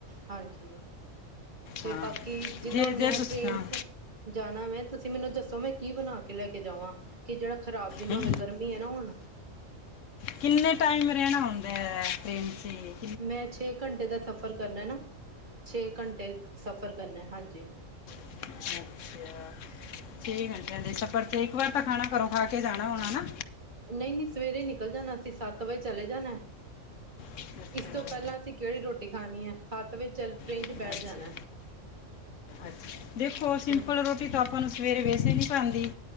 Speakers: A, on the right; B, on the left.
A: ਹਾਂਜੀ ਤੇ
B: ਹਾਂ
A: ਬਾਕੀ ਜਿੱਦਾਂ
B: ਜੇ
A: ਹੁਣ ਮੈਂ
B: ਜੇ ਤੁਸੀਂ
A: ਟ੍ਰੇਨ
B: ਹਾਂ
A: ਚ ਜਾਣਾ ਮੈਂ ਤੁਸੀਂ ਮੈਨੂੰ ਦੱਸੋ ਮੈਂ ਕੀ ਬਣਾ ਕੇ ਲੈ ਕੇ ਜਾਵਾਂ ਕਿ ਜਿਹੜਾ ਖਰਾਬ ਵੀ ਨਾ
B: ਹੂੰ।
A: ਹੋਵੇ ਗਰਮੀ ਏ ਨਾ ਹੁਣ
B: ਕਿੰਨੇ ਟਾਈਮ ਰਹਿਣਾ ਹੂੰਦਾ ਟ੍ਰੇਨ ਚ ਜੀ
A: ਮੈਂ ਛੇ ਘੰਟੇ ਦਾ ਸਫ਼ਰ ਕਰਨਾ ਨਾ ਛੇ ਘੰਟੇ ਸਫ਼ਰ ਕਰਨਾ ਹਾਂਜੀ
B: ਅੱਛਾ ਅੱਛਾ ਛੇ ਘੰਟਿਆਂ ਦੇ ਸਫ਼ਰ ਤੇ ਇੱਕ ਵਾਰ ਤਾਂ ਖਾਣਾ ਘਰੋਂ ਖਾ ਕੇ ਜਾਣਾ ਹੋਣਾ ਨਾ
A: ਨਹੀਂ ਨਹੀਂ ਸਵੇਰੇ ਨਿਕਲ ਜਾਣਾ ਅਸੀਂ ਸੱਤ ਵਜੇ ਚਲੇ ਜਾਣਾ
B: ਅੱਛਾ
A: ਇਸ ਤੋਂ ਪਹਿਲਾਂ ਅਸੀਂ ਕਿਹੜੀ ਰੋਟੀ ਖਾਣੀ ਹੈ ਸੱਤ ਵਜੇ ਚੱਲ ਟ੍ਰੇਨ
B: ਅੱਛਾ
A: ਚ ਬੈਠ ਜਾਣਾ
B: ਅੱਛਾ ਦੇਖੋ ਸਿੰਪਲ
A: ਹਮ
B: ਰੋਟੀ ਤ ਆਪਾਂ ਨੂੰ ਸਵੇਰੇ ਵੈਸੇ ਨੀ ਪਾਂਦੀ